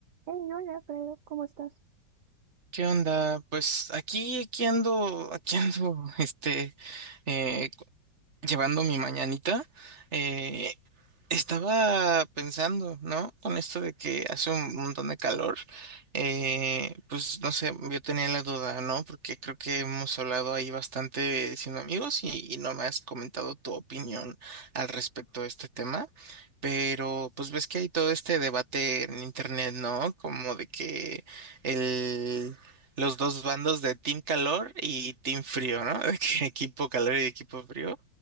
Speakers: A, on the right; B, on the right.
A: Hey, hola, Pedro, ¿cómo estás?
B: ¿Qué onda? Pues aquí, aquí ando, aquí ando, <laughs> este, eh, cu- llevando mi mañanita. eh, estaba pensando, ¿no? Con esto de que hace un montón de calor, eh, pues no sé, yo tenía la duda, ¿no? Porque creo que hemos hablado ahí bastante siendo amigos y, y no me has comentado tu opinión al respecto de este tema, pero pues ves que hay todo este debate en internet, ¿no? Como de que el... Los dos bandos de Team Calor y Team Frío, ¿no? <laughs> De que equipo calor y equipo frío.